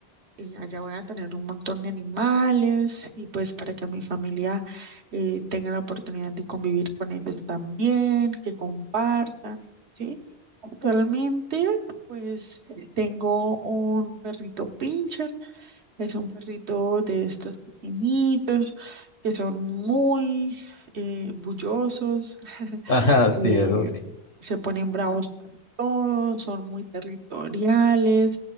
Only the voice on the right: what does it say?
eh, allá voy a tener un montón de animales y pues para que mi familia eh, tenga la oportunidad de convivir con ellos también, que compartan, ¿sí? Actualmente, pues tengo un perrito pincher, es un perrito de estos pequeñitos que son muy eh, bullosos, <laughs>
eh,
se ponen bravos por todo, son muy territoriales,